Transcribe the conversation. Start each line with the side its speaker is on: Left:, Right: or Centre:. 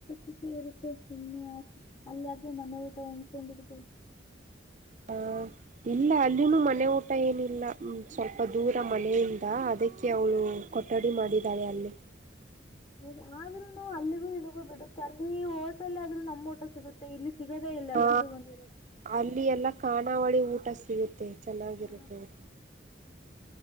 Left: ಅಿಕ ಇರುತ್ತೆ ಸುಮ್ಮ ಅಲ್ಲಿಾದ್ರೂ ಮನೆ ಊಟ ಉಂದ್ಕೊಂಡಿರ್ಬೋದು
Right: ಹ ಇಲ್ಲ ಅಲ್ಲಿನ ಮನೆ ಊಟ ಏನಿಲ್ಲ ಸ್ವಲ್ಪ ದೂರ ಮನೆಯಿಂದ ಅದ ಕ ಅವಳು ಕೊಠಡಿ ಮಾಡಿದ್ದಾಳೆ ಅಲ್ಲಿ
Left: ಹ ಆದ್ರೂ ನ ಅಲ್ಲಿಗೂ ಇದಗೂ ಬಿಡುತ್ತೆ ಅಲ್ಲಿ ಓಟಲ್ ಆದ್ರೂ ನಮ್ ಊಟ ಸಿಗುತ್ತೆ ಇಲ್ಲಿ ಸಿಗೋದೇ ಇಲ್ಲಲ್ಲ
Right: ಹಾ
Left: ಅದು ಒಂದಿರುತ್ತೆ
Right: ಅಲ್ಲಿ ಎಲ್ಲ ಕಖಾನಾವಳಿ ಊಟ ಸಿಗುತ್ತೆ ಚೆನ್ನಾಗಿರುತ್ತೆ
Left: ಹಾ
Right: ಊಟ